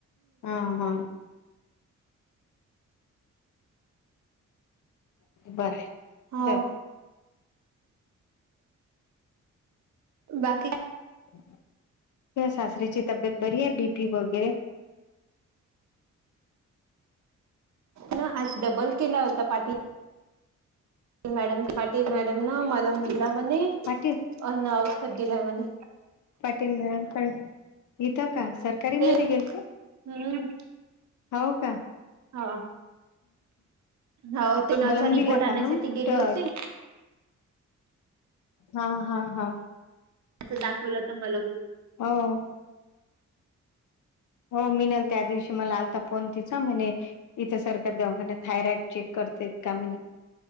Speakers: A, on the left; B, on the right.
A: हा हा बरं
B: हो
A: जाऊ दे
B: बाकी
A: त्या सासरीचीित तबेत बरी आहे बीपी वगैरे
B: ना आज डबल केला होता पाठीील मॅडम पाटल मॅडम ना मलम दिला म्हणे
A: पाटील
B: अ्न औषध दिला म्हणे
A: पाटील मॅडमकडे इथं का सरकारी
B: हे
A: मध्ये गेल ते
B: हम्म
A: हो का
B: हा हो ते नलचा
A: मलम दिला
B: रिपोर्ट आणायसाठी
A: का मग कुठं
B: गेले होते
A: हा हा हा
B: आं दाखवलं तर मला
A: ह हो मिल त्या दिवशी मला आलता फोन तिचा म्ह इथ सारखं दा थायरॉइड चेक कर काम